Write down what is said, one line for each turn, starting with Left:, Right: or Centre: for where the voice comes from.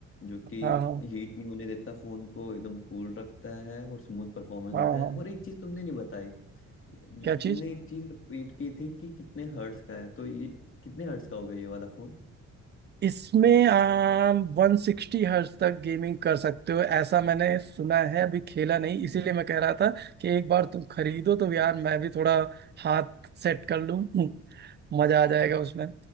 Left: जो कि
Right: हाँ हाँ
Left: हीट नहीं होने देता फोन को एकदम कूल रखता है और स्मूथ परफॉर्मेंस
Right: हाँ
Left: देता है
Right: हाँ
Left: और एक चीज तुमने नहीं बताई जो-
Right: क्या
Left: तुमने
Right: चीज
Left: एक चीज रिपीट की थी कि कितने हर्ट्स का है तो ये कितने हर्ट्स का होगा ये वाला फोन
Right: इसमें आप वन सिक्सटी हर्ट्ज तक गेमिंग कर सकते हो ऐसा मैंने सुना है अभी खेला नहीं
Left: हम्म
Right: इसीलिए मैं कह रहा था कि एक बार
Left: हम्म।
Right: तुम खरीदो तो यार मैं भी थोड़ा हाथ सेट कर लूं <laughs> मजा आ जाएगा उसमें